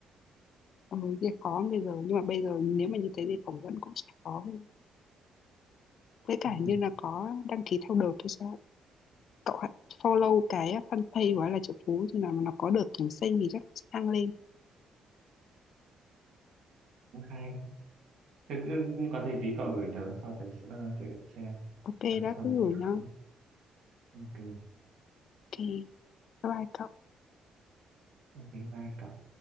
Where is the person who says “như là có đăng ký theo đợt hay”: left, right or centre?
Left